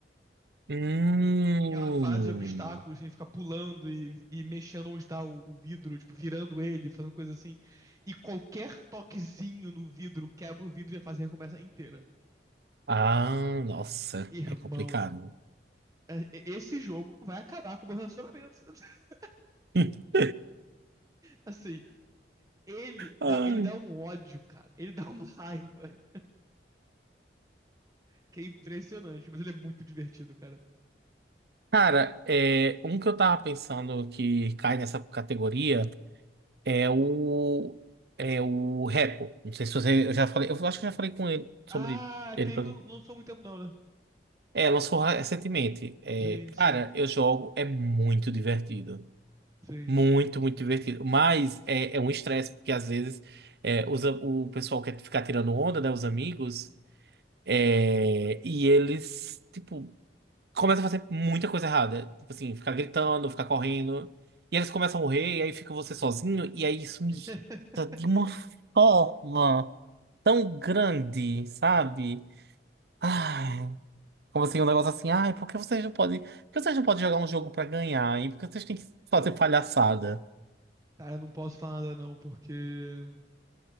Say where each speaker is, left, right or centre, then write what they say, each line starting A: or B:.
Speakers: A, on the right; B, on the right.
A: Hum.
B: E é uma fase de obstáculos, tem que ficar pulando e, e mexendo onde está o, o vidro, tipo, virando ele, fazendo coisa assim. E qualquer toquezinho no vidro quebra o vidro e a fase recomeça inteira.
A: Ah, nossa,
B: Irmão,
A: é complicado.
B: é- é- esse jogo vai acabar com o meu relacionamento. <laughs>
A: <laughs>
B: Assim, ele
A: Ai.
B: dá, ele dá um ódio, cara. Ele dá uma raiva. Que é impressionante, mas ele é muito divertido, cara.
A: Cara, é, um que eu tava pensando que cai nessa categoria é o é o Repo. Não sei se você, eu já falei, eu acho que eu já falei com ele sobre
B: Ah, aquele
A: ele. pra
B: que
A: mim.
B: eu não sou muito tempo, não, né?
A: É, lançou recentemente. É,
B: Sim, sim,
A: cara, eu jogo, é muito divertido.
B: sim.
A: Muito, muito divertido. Mas é, é um estresse, porque às vezes é, os a- o pessoal quer ficar tirando onda, né? Os amigos, é, e eles, tipo, começam a fazer muita coisa errada. Tipo assim, ficar gritando, ficar correndo. E eles começam a morrer, e aí fica você sozinho, e aí isso
B: <laughs>
A: me irrita de uma forma tão grande, sabe? Ai, como assim, um negócio assim, ai, por que vocês não podem. Por que vocês não podem jogar um jogo pra ganhar? E por que vocês têm que fazer palhaçada?
B: Ah, eu não posso falar nada, não, porque